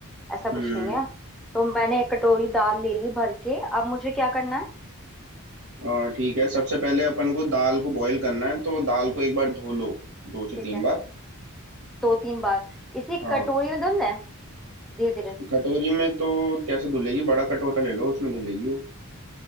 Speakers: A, in the centre; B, on the right.
A: ऐसा कुछ
B: हम्म
A: नहीं है तो मैंने एक कटोरी दाल ले ली भर के अब मुझे क्या करना है
B: आ, ठीक है सबसे पहले अपन को दाल को बॉईल करना है तो दाल को एक बार धो लो दो से
A: ठीक
B: तीन
A: है
B: बार
A: दो तीन बार इसी
B: हाँ
A: कटोरी में धुलना है धीरे धीरे
B: कटोरी में तो कैसे धुलेगी बड़ा कटोरा ले लो उसमें धुलेगी वो